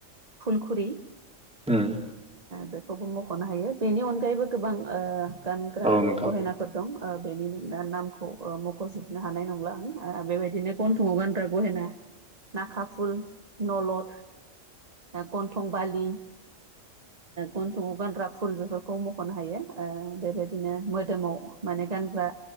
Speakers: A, on the right; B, in the centre.
A: फुलखुरि
B: ओम
A: बेखौबो मख'नो हायो बेनि अनगायैबो गोबां गानग्रा
B: औ नोंथां
A: गहेनाफो -र दं बेनि नामखौ मख'जोबनो हानाय नंला आं बेबायदिनो गन्थङाव गानग्रा गहेना नाखा फुल नलद गन्थं बालि गनथंआव गानग्रा फुल बेफोरखौ मख'नो हायो बेबायदिनो मोदोमाव माने गानग्रा